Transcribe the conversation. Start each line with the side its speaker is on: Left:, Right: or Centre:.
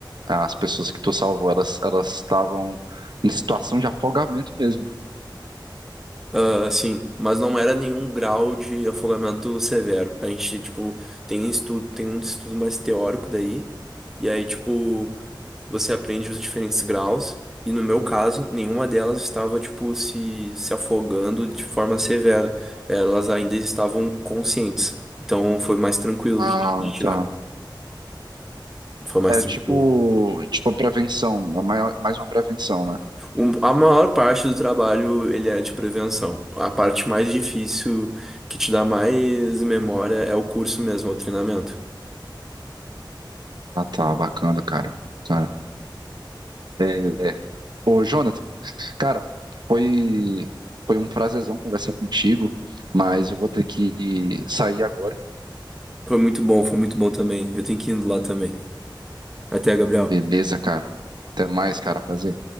Right: ah, as pessoas que tu salvou, elas elas estavam em situação de afogamento mesmo.
Centre: Ah, sim, mas não era nenhum grau de afogamento severo. A gente, tipo, tem estudo, tem um estudo mais teórico daí, e aí, tipo, você aprende os diferentes graus, e no meu caso, nenhuma delas estava, tipo, se, se afogando de forma severa. Elas ainda estavam conscientes. Então foi mais tranquilo de,
Right: Ah,
Centre: de tirar.
Right: tá.
Centre: Foi mais
Right: É
Centre: tranquilo.
Right: tipo, tipo prevenção, a maior- mais uma prevenção, né?
Centre: Um- A maior parte do trabalho ele é de prevenção. A parte mais difícil que te dá mais memória é o curso mesmo, é o treinamento.
Right: Ah, tá, bacana, cara. Cara, é, ô, Jonas, Cara, foi, foi um prazerzão conversar contigo, mas eu vou ter que sair agora.
Centre: Foi muito bom, foi muito bom também. Eu tenho que ir indo lá também. Até, Gabriel.
Right: Beleza, cara. Até mais, cara. Prazer.